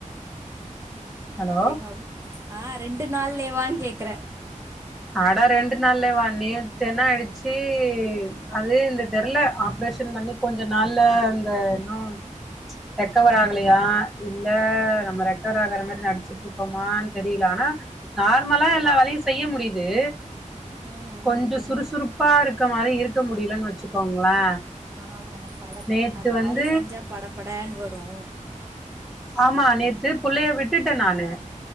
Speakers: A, in the centre; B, on the right (about 20°).
A: ஹலோ
B: எங்க அம்மா ஆ ரெண்டு நாள்லேவான்னு கேக்குறே
A: அட ரெண்டு நாள்லே வா நேத்து என்னா ஆய்டுச்சு அது இந்த தெர்ல ஆப்ரேஷன் பண்ணி கொஞ்ச நாள்ல இந்த இன்னு ரெக்கவர் ஆகலையா இல்ல நம்ம ரெக்கவர் ஆகற மாரி நடிச்சு இருக்கோமானு தெரியல ஆனா நார்மலா எல்லா வேலையு செய்ய முடியுது
B: ம்
A: கொஞ்ச
B: ம்
A: சுறுசுறுப்பா
B: ம்
A: இருக்க மாரி இருக்க முடியலன்னு வச்சுக்கோங்களே
B: ஆமா பட
A: நேத்து
B: அந்த
A: வந்து
B: மாதிரி செஞ்சா படப்படனு வரு
A: ஆமா நேத்து புள்ளைய விட்டுட்டன் நானு